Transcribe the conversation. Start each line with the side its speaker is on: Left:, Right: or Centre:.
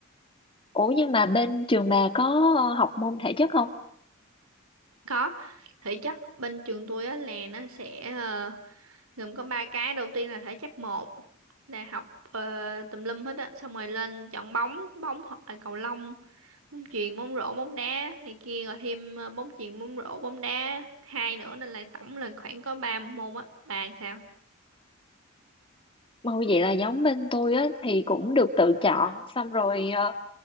Left: Ủa nhưng mà bên trường bà có ờ, học môn thể chất không?
Right: có thể chất bên trường tôi á là nó sẽ ờ, gồm có ba cái đầu tiên là thể chất một là học ờ, tùm lum hết á xong rồi lên chọn bóng bóng hoặc là cầu lông bóng chuyền bóng rổ bóng đá này kia rồi thêm ờ, bóng chuyền bóng rổ bóng đá hai nữa nên là tổng là khoảng có ba môn á bạn sao
Left: Ôi vậy là giống bên tôi á thì cũng được tự chọn xong rồi ờ,